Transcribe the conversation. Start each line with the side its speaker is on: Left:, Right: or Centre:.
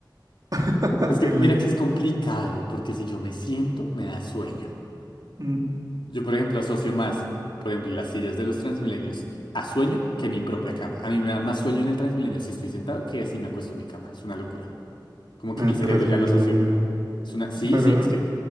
Right: <laughs>
Left: Es que,
Right: en
Left: mira
Right: la que
Left: que es complicado, porque si yo me siento, me da sueño.
Right: mm,
Left: Yo, por ejemplo, asocio más, por ejemplo, las sillas de los Transmilenios a sueño que mi propia cama. A mí me da más sueño en el Transmilenio si estoy sentado que si me acuesto en mi cama. Es una locura. Como que
Right: en
Left: mi cerebro
Right: Transmilenio.
Left: ya lo asoció. Es una... Sí,
Right: Pero
Left: sí, es que